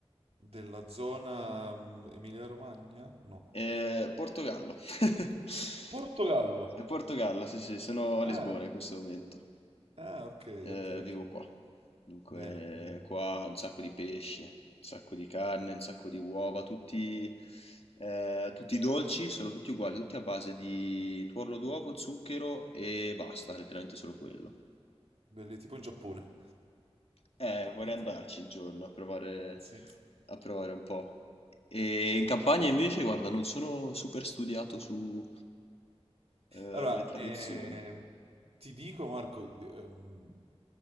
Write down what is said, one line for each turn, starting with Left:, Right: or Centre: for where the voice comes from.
Right: Della zona mm, Emilia-Romagna? No.
Left: Eh, Portogallo. <laughs>
Right: Portogallo!
Left: Eh, Portogallo, sì, sì, sono a
Right: Ah,
Left: Lisbona in questo momento.
Right: ah, ok,
Left: Eh,
Right: ok,
Left: vivo
Right: ok.
Left: qua. Dunque,
Right: Bene, bene, bene.
Left: qua un sacco di pesce, un sacco di carne, un sacco di uova, tutti, eh, tutti i dolci sono tutti uguali, tutti a base di tuorlo d'uovo, zucchero e basta, letteralmente solo quello.
Right: Belli, tipo in Giappone.
Left: Eh,
Right: <laughs>
Left: vorrei andarci un giorno a provare,
Right: Sì.
Left: a provare un po'. E
Right: Sì.
Left: in campagna invece, guarda, non sono super studiato su, eh,
Right: Allora,
Left: le tradizioni.
Right: ehm, ti dico Marco, ehm,